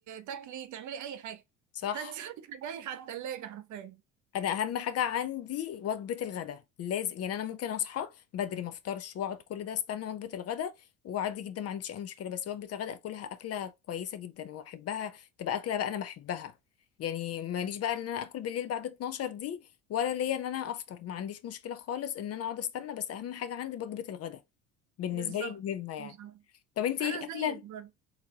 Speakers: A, on the right; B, on the left.
A: تاكلي تعملي أي حاجة
B: صح
A: فأنت <laughs> رايحة جاية على التلاجة حرفيا
B: انا اهم حاجه عندي وجبه الغداء لازم يعني انا ممكن اصحى بدري ما افطرش واقعد كل ده استنى وجبه الغداء وعادي جدا ما عنديش اي مشكله بس وجبه الغداء اكلها اكله كويسه جدا واحبها تبقى اكله بقى انا بحبها يعني ماليش بقى ان انا اكل بالليل بعد 12 دي ولا ليا ان انا افطر ما عنديش مشكله خالص ان انا اقعد استنى بس اهم حاجه عندي وجبه الغداء بالنسبه
A: بالظبط
B: لي مهمه يعني
A: بالظبط.
B: طب انت
A: أنا
B: ايه الاكله
A: زيك برضه